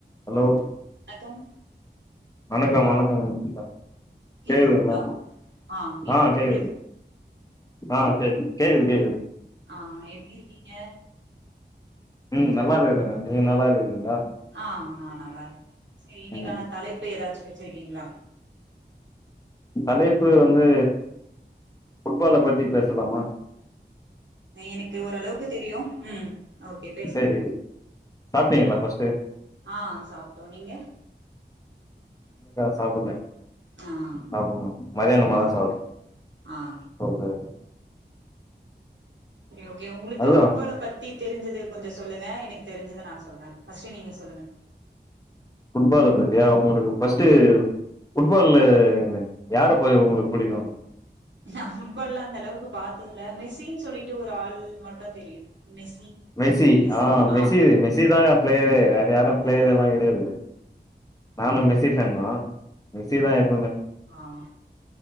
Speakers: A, on the left; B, on the right.
A: ஹலோ
B: அக்கம்
A: வணக்கோ வணக்கோ <unintelligible>
B: கேக்குதுங்களா
A: கேலுங்க
B: ஆ கேக்குது
A: ஆஹா சேரி
B: உங்களுக்கு
A: ஆஹா சேரி கேக்குது கேக்குது
B: ஆஹாஸ எப்டி இரு க்கீங்க
A: உம் நல்லா இருக்குறங்க நீங்க நல்லா இருக்கீங்களா
B: அஹா நா நல்லா இருக் சேரி இன்னைக்கான
A: ம்
B: தலைப்பு ஏதாச்சு வெச்சிருக்கீங்களா
A: தலைப்பு வந்து ஃபுட்பால பத்தி பேசுலாமா
B: எனக்கு ஓரளவுக்கு தெரியு ம் ஓக்கே பேசலா
A: சரி சாப்ட்டீங்களா ஃபர்ஸ்ட்டு
B: ஆஹா சாப்புட்டோ நீங்க
A: சாப்புல்ல
B: ஆ
A: நா கொஞ்சோ மதியானமதா
B: ஆ
A: சாப்
B: ஆ
A: ஓக்கே ஓகே
B: சேரி ஓகே உங்குளுக்கு
A: அதுதா
B: ஃபுட்பால பத்தி தெரிஞ்சது கொஞ்சோ சொல்லுங்க எனக்கு தெரிஞ்சத நா சொல்றே பஸ்ட்டு நீங்க சொல்லுங்க
A: ஃபுட்பால பத் ஏ உங்களுக்கு பஸ்ட்டு
B: ஆமா
A: ஃபுட் ப்பால யார போ உங்களுக்கு புடிக்கு
B: நா ஃபுட்பால்லா அந்தளவுக் கு பாத்ததுல மிசின் சொல்லிட்டு ஒர் ஆள் மட்டு தெரியு மெஸ்ஸி
A: மெசி
B: மிஸ்
A: ஆஹ்
B: ஆ
A: மெசி மெசி தாங்க பிளேயரே <inaudible> யாரு பிளேயர்
B: ஆ
A: எல்லா கிடையாது நானும் மெஸ்ஸி ஃபேன்தா மெசித <unintelligible>
B: ஆஹ்